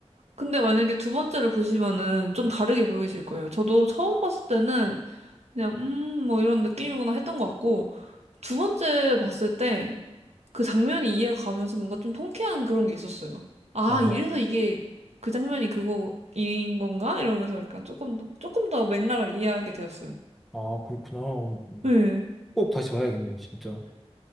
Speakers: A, on the right; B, in the centre.
A: 근데 만약에 두 번째를 보시면은 좀 다르게 보이실 거예요. 저도 처음 봤을 때는 그냥, 음, 뭐 이런 느낌이구나 했던 것 같고, 두 번째를 봤을 때 그 장면이 이해가 가면서 뭔가 좀 통쾌한 그런 게 있었어요. 아,
B: 아,
A: 이래서 이게 그 장면이 그거인 건가? 이러면서 약간 조금 더, 조금 더 맥락을 이해하게 되었어요.
B: 아, 그렇구나. 어,
A: 네.
B: 꼭 다시 봐야겠네요, 진짜.